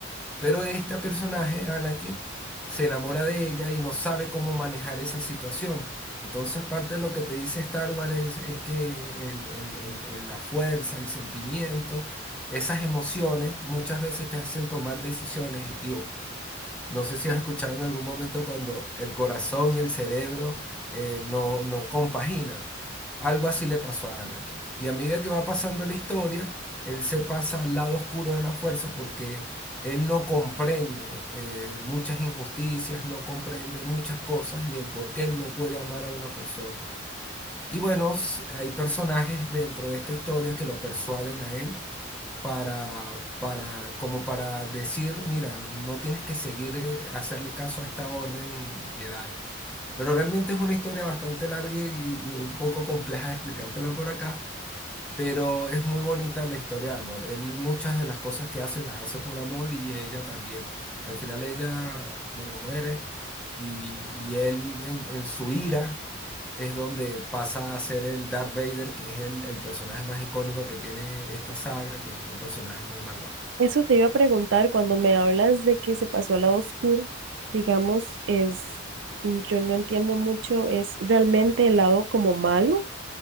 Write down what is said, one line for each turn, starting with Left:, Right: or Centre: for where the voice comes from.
Centre: Pero este personaje, Anakin, se enamora de ella y no sabe cómo manejar esa situación. Entonces, parte de lo que te dice Star Wars es, es que el- el- el- el- la fuerza, el sentimiento, esas emociones muchas veces te hacen tomar decisiones equívocas. No sé si has escuchado en algún momento cuando el corazón y el cerebro eh, no, no compaginan. Algo así le pasó a Anakin. Y a medida que va pasando la historia, él se pasa al lado oscuro de la fuerza porque él no comprende eh, muchas injusticias, no comprende muchas cosas y el por qué él no puede amar a una persona. Y bueno, s- hay personajes dentro de esta historia que lo persuaden a él para, para, como para decir, mira, no tienes que seguir, eh, hacerle caso a esta orden Jedi. Pero realmente es una historia bastante larga y, y un poco compleja de explicártela por acá, pero es muy bonita la historia de amor. Él muchas de las cosas que hace las hace por amor y ella también. Al final ella, bueno, muere y, y él en en su ira es donde pasa a ser el Darth Vader, que es el, el personaje más icónico que tiene esta saga, que es un personaje muy malvado.
Right: Eso te iba a preguntar cuando me hablas de que se pasó al lado oscuro, digamos, es, mm, yo no entiendo mucho, ¿es realmente el lado como malo